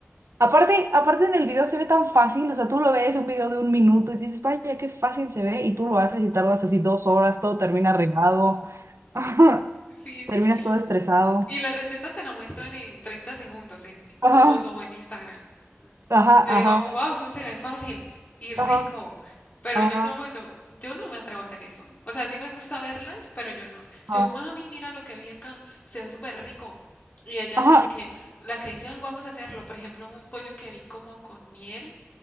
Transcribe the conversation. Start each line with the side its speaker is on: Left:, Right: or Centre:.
Right: Aparte, aparte en el video se ve tan fácil, o sea, tú lo ves un video de un minuto y dices, vaya, qué fácil se ve, y tú lo haces y tardas así dos horas, todo termina regado, <laughs> ajá,
Left: Sí, sí.
Right: terminas todo estresado.
Left: Y la receta te la muestran en treinta segundos en TikTok
Right: Ajá,
Left: o en Instagram.
Right: ajá,
Left: Y Yo digo,
Right: ajá,
Left: wow, esto se ve fácil y rico,
Right: ajá,
Left: pero
Right: ajá,
Left: yo no, yo, yo no me atrevo a hacer eso. O sea, sí me gusta verlas, pero yo no.
Right: ajá,
Left: Yo, mami, mira lo que vi acá, se ve súper rico. Y ella
Right: ajá,
Left: es la que, la que dice, "Ah, vamos a hacerlo. Por ejemplo, un pollo que vi como con miel